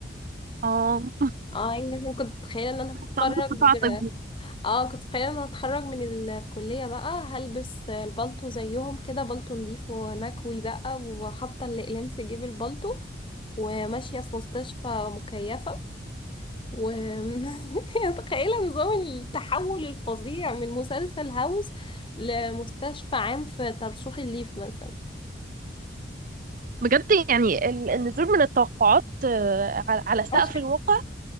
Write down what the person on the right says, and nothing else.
اه
طلبت قطاع طبي
بجد يعني ال- النزول من التوقعات آه، على على سقف
الواقع